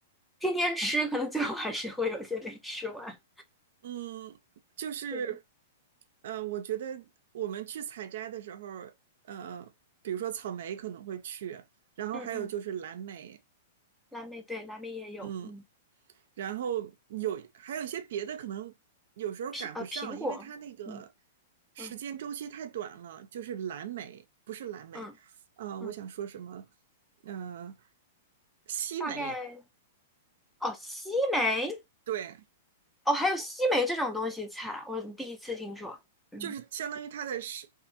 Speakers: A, in the centre; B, on the right.
A: 天天吃，可能最后还是会有些没吃完。
B: 嗯，就是，
A: 对，
B: 呃，我觉得我们去采摘的时候，呃，比如说草莓可能会去，然后还有就是蓝莓，
A: 嗯嗯，蓝莓对，蓝莓也有，
B: 嗯，
A: 嗯，
B: 然后有还有一些别的可能有时候赶不上，
A: 苹呃苹果，
B: 因为它那个
A: 嗯
B: 时间周期太短了。
A: 嗯
B: 就是蓝莓，不是蓝莓，
A: 嗯
B: 呃，
A: 嗯，
B: 我想说什么？呃，西梅，
A: 大概哦西梅
B: 对，
A: 哦还有西梅这种东西采，我第一次听说。嗯。
B: 就是相当于它的时，